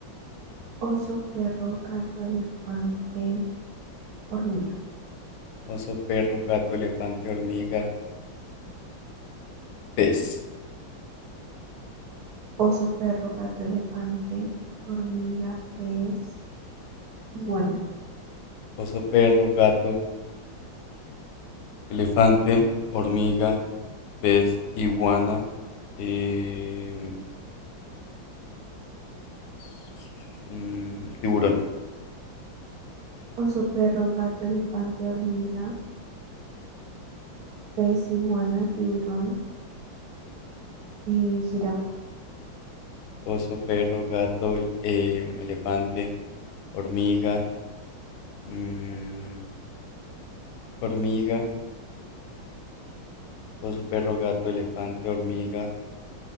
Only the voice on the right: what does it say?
Oso, perro, gato, elefante, hormiga.
Oso, perro, gato, elefante, hormiga, pez, iguana.
Oso, perro, gato, elefante, hormiga. pez, iguana, tiburón, eh, jirafa,